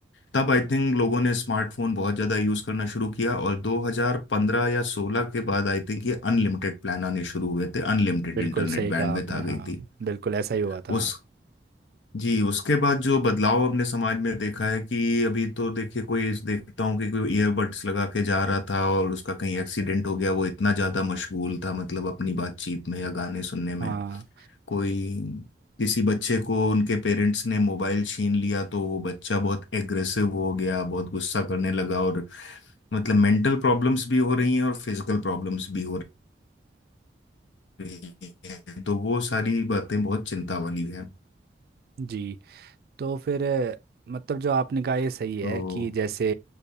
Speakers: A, on the left; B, on the right.
A: तब आई थिंक लोगों ने स्मार्टफोन बहुत ज्यादा यूज करना शुरू किया और 2015 या 16 के बाद आई थिंक ये अनलिमिटेड प्लान आने शुरू हुए थे अनलिमिटेड
B: बिल्कुल
A: इंटरनेट
B: सही
A: बैंडविड्थ
B: कहा आपने
A: आ
B: हाँ
A: गई थी
B: बिल्कुल ऐसा ही हुआ था
A: उस जी उसके बाद जो बदलाव हमने समाज में देखा है कि अभी तो देखिए कोई देखता हूँ कि कोई ईयरबड्स लगा के जा रहा था और उसका कहीं एक्सीडेंट हो गया वो इतना ज्यादा मशगूल था मतलब अपनी बातचीत में या गाने सुनने में
B: हाँ
A: कोई किसी बच्चे को उनके पेरेंट्स ने मोबाइल छीन लिया तो वो बच्चा बहुत एग्रेसिव हो गया बहुत गुस्सा करने लगा और मतलब मेंटल प्रॉब्लम्स भी हो रही हैं और फिजिकल प्रॉब्लम्स भी हो रही हैं तो वो सारी बातें बहुत चिंता वाली हैं
B: जी तो फिर अ, मतलब जो आपने कहा ये सही
A: तो
B: है कि जैसे